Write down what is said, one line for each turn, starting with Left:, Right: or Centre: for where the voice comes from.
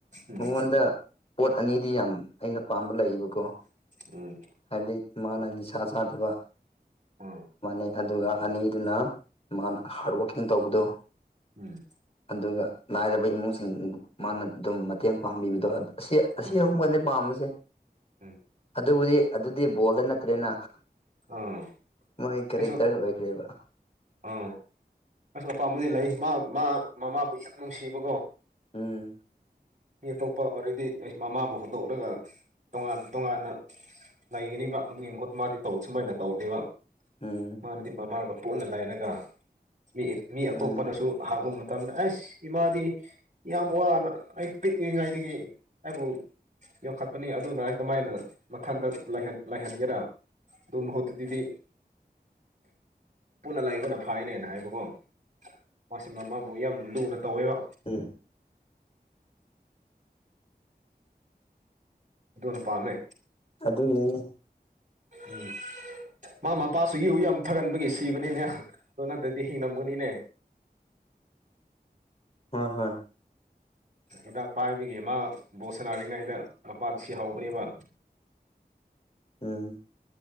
Right: ꯎꯝ
Left: ꯃꯉꯣꯟꯗ ꯄꯣꯠ ꯑꯅꯤꯗꯤ ꯌꯥꯝ ꯑꯩꯅ ꯄꯥꯝꯕ ꯂꯩꯌꯦꯕꯀꯣ
Right: ꯎꯝ
Left: <unintelligible> ꯃꯥꯅ ꯅꯤꯁꯥ ꯆꯥꯗꯕ
Right: ꯎꯝ
Left: ꯃꯥꯅꯩ ꯑꯗꯨꯒ ꯑꯅꯤꯗꯨꯅ ꯃꯥꯅ ꯍꯥꯔꯠ ꯋꯥꯀꯤꯡ ꯇꯧꯕꯗꯣ
Right: ꯎꯝ
Left: ꯑꯗꯨꯒ ꯂꯥꯏꯔꯕ ꯏꯃꯨꯡꯁꯤꯡꯕꯨ ꯃꯥꯅ ꯑꯗꯨꯝ ꯃꯇꯦꯡ ꯄꯥꯡꯕꯤꯕꯗꯣ ꯑꯁꯤ ꯑꯁꯤ
Right: ꯎꯝ
Left: ꯑꯍꯨꯝꯒꯅꯦ ꯄꯥꯝꯕꯁꯦ
Right: ꯎꯝ
Left: ꯑꯗꯨꯕꯨꯗꯤ ꯑꯗꯨꯗꯤ ꯕꯣꯜꯗ ꯅꯠꯇ꯭ꯔꯦꯅ
Right: ꯑꯥ
Left: ꯃꯣꯏ ꯀꯦꯔꯦꯛꯇꯔ
Right: ꯑꯩꯁꯨ
Left: ꯑꯣꯏꯈ꯭ꯔꯦꯕ
Right: ꯑꯥ ꯑꯁ ꯑꯄꯥꯝꯕꯗꯤ ꯂꯩ ꯃꯥ ꯃꯥ ꯃꯃꯥꯕꯨ ꯌꯥꯝ ꯅꯨꯡꯁꯤꯕꯀꯣ
Left: ꯎꯝ
Right: ꯃꯤ ꯑꯇꯣꯞꯄ ꯑ‌ꯣꯔꯦꯗꯤ ꯑ‌ꯦ ꯃꯃꯥꯕꯨ ꯍꯧꯗꯣꯛꯂꯒ ꯇꯣꯉꯥꯟ ꯇꯣꯉꯥꯟꯅ ꯂꯩꯒꯅꯤꯕ ꯑꯗꯨꯒꯤ ꯃꯍꯨꯠꯇ ꯃꯥꯗꯤ ꯇꯧ ꯁꯨꯃꯥꯏꯅ ꯇꯧꯗꯦꯕ
Left: ꯎꯝ
Right: ꯃꯥꯅꯗꯤ ꯃꯃꯥꯒ ꯄꯣꯟꯅ ꯂꯥꯏꯔꯒ ꯃꯤ ꯃꯤ ꯑꯇꯣꯞꯄꯅꯁꯨ
Left: ꯑꯗꯨꯅꯦ
Right: <unintelligible> ꯇꯝꯗ ꯑꯁ ꯏꯃꯥꯗꯤ ꯌꯥꯝ ꯋꯥꯅ ꯑꯩ ꯄꯤꯛꯂꯤꯉꯩꯗꯒꯤ ꯑꯩꯕꯨ ꯌꯣꯛꯈꯠꯄꯅꯤ ꯑꯗꯨꯅ ꯀꯃꯥꯏꯅ ꯃꯊꯟꯗ ꯂꯩꯍꯟ ꯂꯩꯍꯟꯒꯦꯔꯥ ꯑꯗꯨ ꯃꯍꯨꯠꯇꯨꯗꯤ ꯄꯨꯟꯅ ꯂꯩꯥꯏꯕꯅ ꯐꯥꯏꯌ‌ꯦꯅ ꯍꯥꯏꯕꯀꯣ ꯃꯥꯁꯤ ꯃ ꯃꯥꯥꯕꯨ ꯌꯥꯝ ꯂꯨꯅ ꯇꯧꯋꯦꯕ
Left: ꯎꯝ
Right: ꯑꯗꯨꯅ ꯄꯥꯃꯦ
Left: ꯑꯗꯨꯒꯤꯅꯤꯅꯦ
Right: ꯎꯝ ꯃꯥ ꯃꯄꯥꯁꯤꯁꯨ ꯌꯨ ꯌꯥꯝ ꯊꯔꯝꯕꯒꯤ ꯁꯤꯕꯅꯤꯅꯦ ꯑꯗꯨ ꯅꯠꯇ꯭ꯔꯗꯤ ꯍꯤꯡꯂꯝꯒꯅꯤꯅꯦ
Left: ꯍꯣꯏ ꯍꯣꯏ
Right: ꯍꯤꯗꯥꯛ ꯄꯥꯏꯕꯒꯤ ꯃꯥ ꯕꯣꯜꯁꯅꯥꯔꯤꯉꯩꯗ ꯃꯄꯥꯗꯨ ꯁꯤꯍꯧꯕꯅꯦꯕ
Left: ꯎꯝ